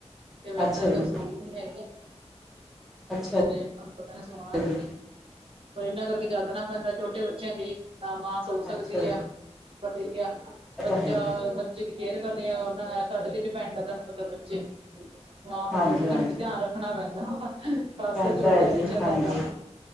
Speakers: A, on the right; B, in the centre.
A: ਤੇ ਮੈਂ
B: ਅੱਛਾ ਜੀ
A: ਤਾਂ ਸੁਣੀ ਨੀ ਹੈਗੀ
B: ਅੱਛਾ
A: ਤੁਵਾਂਨੂੰ ਪਤਾ ਹੈ ਸੋਨਾ ਹੈ ਕਿ
B: ਜੀ
A: ਨਹੀਂ ਪਰ ਇਹਨਾਂ ਕਰਕੇ ਜਾਗਣਾ ਪੈਂਦਾ ਛੋਟੇ ਬੱਚਿਆਂ ਲਈ ਤਾਂ ਮਾ ਸੋ ਸਕਦੀ
B: ਅੱਛਾ
A: ਆ
B: ਜੀ
A: ਪਤਾ ਈ ਆ
B: ਇਹ
A: ਬੱਚਾ
B: ਤਾਂ ਹੈ ਜੀ
A: ਬੱਚੇ ਦੀ ਕੇਅਰ ਕਰਨੀ ਆ ਉਹ ਸਾਡੇ ਤੇ ਡਿਪੈਂਡ ਹੈ ਤੁਹਾਨੂੰ ਪਤਾ ਬੱਚੇ ਮਾਂ ਨੂੰ
B: ਹਾਂਜੀ
A: ਚੌਵੀ
B: ਹਾਂਜੀ
A: ਘੰਟੇ ਧਿਆਨ ਰੱਖ ਰਖਣਾ ਪੈਂਦਾ ਪਾਸੇ
B: ਕਹਿੰਦਾ
A: ਛੋਟੇ
B: ਹੈ
A: ਬੱਚਿਆਂ
B: ਜੀ ਹਾਂਜੀ
A: ਦਾ ਤਾ